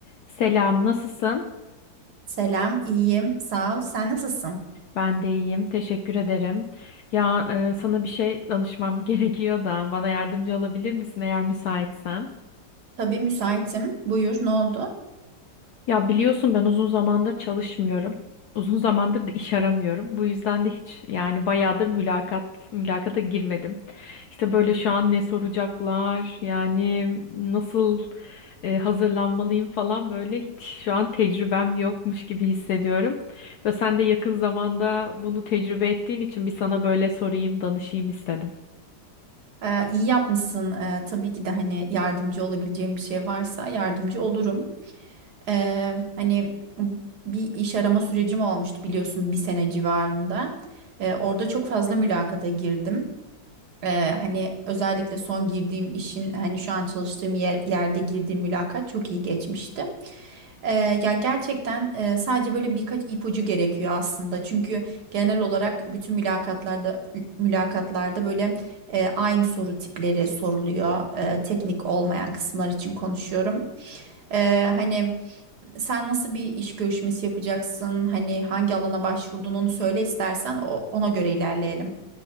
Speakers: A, on the left; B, on the right.
A: Selam, nasılsın?
B: Selam, iyiyim, sağ ol. Sen nasılsın?
A: Ben de iyiyim, teşekkür ederim. Ya e, sana bir şey danışmam <laughs> gerekiyor da bana yardımcı olabilir misin eğer müsaitsen?
B: Tabii müsaitim. Buyur, ne oldu?
A: Ya biliyorsun ben uzun zamandır çalışmıyorum. Uzun zamandır da iş aramıyorum. Bu yüzden de hiç yani bayağıdır mülakat mülakata girmedim. İşte böyle şu an ne soracaklar, yani nasıl e, hazırlanmalıyım falan böyle hiç şu an tecrübem yokmuş gibi hissediyorum. Ve sen de yakın zamanda bunu tecrübe ettiğin için bir sana böyle sorayım, danışayım istedim.
B: Ee, iyi yapmışsın. Ee, tabii ki de hani yardımcı olabileceğim bir şey varsa yardımcı olurum. Ee, hani bir iş arama sürecim olmuştu biliyorsun bir sene civarında. Ee, orada çok fazla mülakata girdim. Ee, hani özellikle son girdiğim işin hani şu an çalıştığım yer, yerde girdiğim mülakat çok iyi geçmişti. Ee, ya gerçekten e, sadece böyle birkaç ipucu gerekiyor aslında. Çünkü genel olarak bütün mülakatlarda mülakatlarda böyle e, aynı soru tipleri soruluyor. E, teknik olmayan kısımlar için konuşuyorum. E, hani sen nasıl bir iş görüşmesi yapacaksın? Hani hangi alana başvurdun onu söyle istersen o- ona göre ilerleyelim.